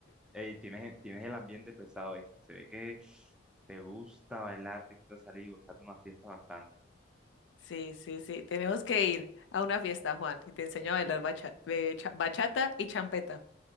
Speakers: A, in the centre; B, on the left.
A: Ey, tienes, tienes el ambiente pesado ahí. Se ve que te gusta bailar, te gusta salir, gozarte una fiesta bastante.
B: Sí, sí, sí, tenemos que ir a una fiesta, Juan, y te enseño a bailar bacha- eh, cha- bachata y champeta.